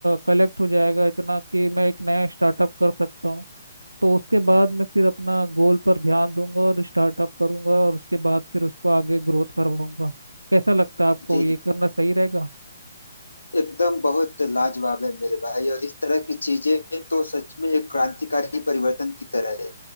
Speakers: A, on the right; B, on the left.
A: कलेक्ट हो जाएगा इतना कि मैं एक नया स्टार्टअप कर सकता हूँ तो उसके बाद मैं फिर अपना गोल पर ध्यान दूंगा और स्टार्टअप करूंगा और उसके बाद फिर उसको आगे ग्रोथ करवाऊंगा कैसा लगता है आपको
B: जी
A: ये
B: जी
A: करना सही रहेगा
B: एकदम बहुत लाजवाब है मेरे भाई और इस तरह की चीजें तो सच में एक क्रांतिकारी परिवर्तन की तरह है